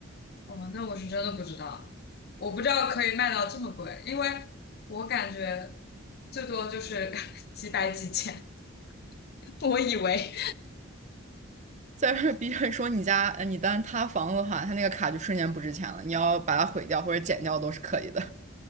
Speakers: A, on the left; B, on the right.
A: 哦，那我是真的不知道，我不知道可以卖到这么贵，因为我感觉最多就是 <laughs> 几百几千。<laughs> 我以为，
B: 再是 B 站说你家呃你单塌房的话，它那个卡就瞬间不值钱了，你要把它毁掉或者剪掉都是可以的。